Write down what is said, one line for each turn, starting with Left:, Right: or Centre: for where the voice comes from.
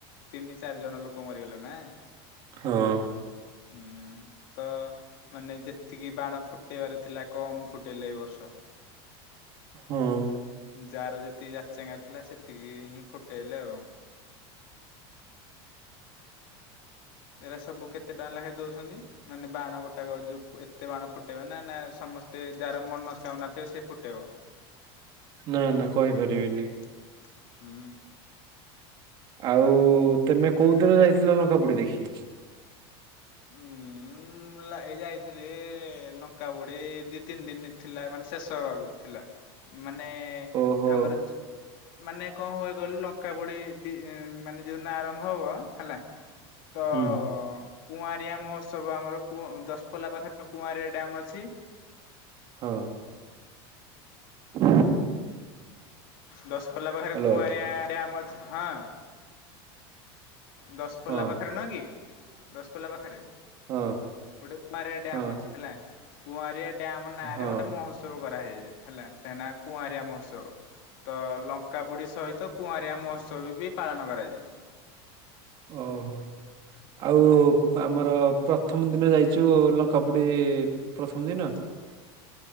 Left: ତିନି ଚାରି ଜଣ ଲୋକ ମରିଗଲେ ନା
Right: ହଁ।
Left: ହୁଁ। ତ ମାନେ ଯେତିକି ବାଣ ଫୁଟେଇବାର ଥିଲା କମ୍ ଫୁଟେଇଲେ ଏଇ ବର୍ଷ। <inaudible>
Right: ହଁ।
Left: ଯାର ଯେତିକି ଜାଚେଙ୍ଗା ଥିଲା ସେତିକି ହିଁ ଫୁଟେଇଲେ ଆଉ। ଏଇରା ସବୁ କେତେ ଟଙ୍କା ଲେଖାଏ ଦୋଉଛନ୍ତି? ମାନେ ବାଣ ଗୋଟା କ ଯୋ ଏତେ ବାଣ ଫୁଟେଇବା ନା ନା ସମସ୍ତେ ଯାହାର ମନସ୍କାମନା ଥିବ ସେ ଫୁଟେଇବ। <inaudible>
Right: ନାଁ ନାଁ କହିପାରିବିନି।
Left: ହୁଁ।
Right: ଆଉ ତମେ କୋଉ ଦିନ ଯାଇଥିଲ ଲଙ୍କା ପୋଡି ଦେଖି?
Left: ହୁଁ। ଏ ଯାଇଥିଲି ଲଙ୍କା ପୋଡି ଦି ତିନି ଦିନ ଥିଲା ମାନେ ଶେଷ ହବାକୁ ଥିଲା। ମାନେ
Right: ଓହୋ
Left: ଆମର ଯୋ ମାନେ କଅ ହୁଏ କହିଲୁ ଲଙ୍କା ପୁଡ଼ି ମାନେ ଯେଉଁଦନ ଆରମ୍ଭ ହେବ ହେଲା। <unintelligible> ତ
Right: ହୁଁ
Left: କୁଆଁରିଆ ମହୋତ୍ସବ ଆମର ଦଶ୍ ପଳା ପାଖରେ କୁଆଁରିଆ ଡ୍ୟାମ୍ ଅଛି।
Right: ହଁ। <inaudible>
Left: ଦଶ ପଲା ପାଖରେ
Right: ହ୍ୟାଲୋ
Left: କୁଆରିଆ ଡାମ୍ ଅଛି, ହଁ। ଦଶପଲା
Right: ହଁ
Left: ପାଖରେ ନୁହେଁ କି ଦଶପଲା ପାଖରେ।
Right: ହଁ
Left: ଗୋଟେ କୁଆଁରଆ ଡ୍ୟମ୍
Right: ହଁ।
Left: ଅଛି ହେଲା କୁଆଁରଆ ଡ୍ୟମ୍ ନାଁରେ
Right: ହଁ
Left: ଗୋଟେ ମହତ୍ ଉତ୍ସବ କରାହେଇଯାଏ ହେଲା କାହିକନା କୁଆଁରଆ ମହୋତ୍ସବ। ତ ଲଙ୍କାବୁଡ଼ି ସହିତ କୁଆଁରିଆ ମହୋତ୍ସବ ବି ପାଳନ କରାଯାଏ।
Right: ଓହୋ ଆଉ ଆମର ପ୍ରଥମ ଦିନ ଯାଇଛୁ ଲଙ୍କା ପୁଡି ପ୍ରଥମ ଦିନ।